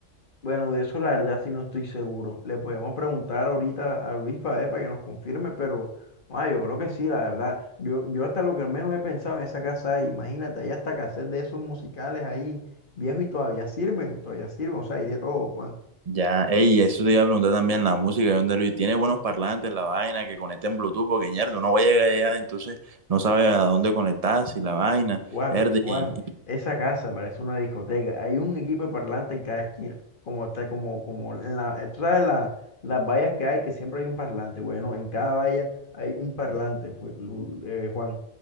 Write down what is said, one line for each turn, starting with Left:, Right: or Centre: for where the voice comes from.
Left: Bueno, de eso la verdad sí no estoy seguro. Le podemos preguntar ahorita a Luis para, para que nos confirme, pero ah, yo creo que sí, la verdad. Yo, yo hasta lo que al menos he pensado en esa casa ahí, imagínate, hay hasta cassette de esos musicales ahí, viejos y todavía sirven, todavía sirven, o sea, hay de todo, Juan,
Right: Ya, ey, eso te iba a preguntar también, la música, ¿de ¿dónde Luis? ¿Tiene buenos parlantes, la vaina, que conecten Bluetooth? Porque, ñerdo, no va a llegar allá, entonces no sabe a dónde conectar, si la vaina,
Left: Juan,
Right: herde,
Left: Juan.
Right: y, y-
Left: Esa casa parece una discoteca. Hay un equipo de parlante en cada esquina, como está, como, como en la, eh, tú sabes la- las vallas que hay, que siempre hay un parlante. Bueno, en cada valla hay un parlante, fue- Lu- eh, Juan.